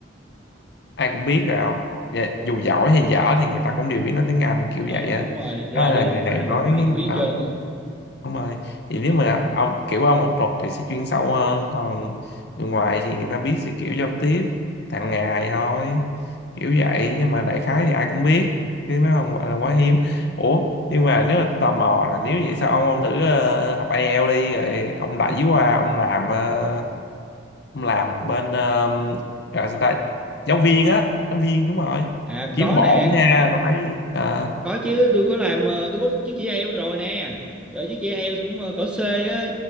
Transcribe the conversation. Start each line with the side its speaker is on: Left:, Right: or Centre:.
Left: ai cũng biết rồi không Dạ, dù giỏi hay dở thì người ta cũng đều biết nói tiếng Anh kiểu
Centre: ừ
Left: vậy á
Centre: đúng rồi ra
Left: đó là
Centre: đi làm
Left: người này
Centre: mà À,
Left: nói
Centre: đụng ai cũng biết hết
Left: ờ,
Centre: trơn á
Left: đúng rồi thì nếu mà ông kiểu ông học thuật thì sẽ chuyên sâu hơn còn người ngoài thì người ta biết sẽ kiểu giao tiếp hàng ngày thôi kiểu vậy nhưng mà đại khái thì ai cũng biết chứ nó không gọi là quá hiếm ủa nhưng mà nếu mà tôi tò mò là nếu vậy sao ông ông thử ờ, học IELTS đi rồi ông đẩy qua ông làm ờ, Ông làm bên uh, gọi sao ta giáo viên á giáo viên đúng rồi
Centre: à
Left: kiếm
Centre: có
Left: bộn
Centre: nè
Left: nha rồi thấy à,
Centre: có chứ tôi có làm ờ, tôi có chứng chỉ IELTS rồi nè rồi chứng chỉ IELTS cũng ờ, cỡ C á